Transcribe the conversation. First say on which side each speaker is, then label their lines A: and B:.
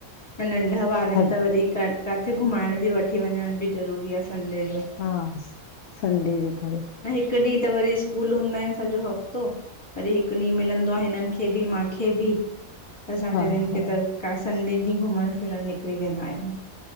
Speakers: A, on the left; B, on the left.
A: नंढा ॿारनि
B: सॾ
A: त वधीक काथे घुमाइण ॿि, वठी वञण ॿि, ज़रूरी आ संडे जो
B: हा, संडे ॼे करे
A: हीकु ॾींयं त वरी स्कूल हूना एन सॼो हफ्तो, वरी हिकु ॾींयं मिलनदों आ हिनन खे बि खे बि, असां
B: हा
A: ट्रीनिन
B: हा
A: खे त, का संडे ॾींयं घुमण फिरणु निकिरी वेंदा आहियूं।